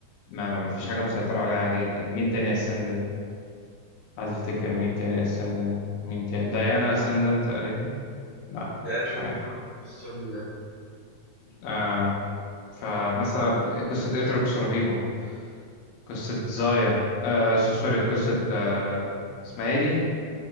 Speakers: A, on the left; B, on the left.
A: ما ما ما فيش حاجه مسيطره عليها عادي جدا مين تاني اسندنت عايز افتكر مين تاني اسندنت مين تاني ديانا اسندنت تقريبا لا
B: ده انا
A: مش
B: دي
A: عارف
B: نحمة أوي، ما بحبش الشم من ده
A: آه فمثلا قصه اتروكس رهيبه قصه زايا آه سو- سوري قصه آه اسمها ايه دي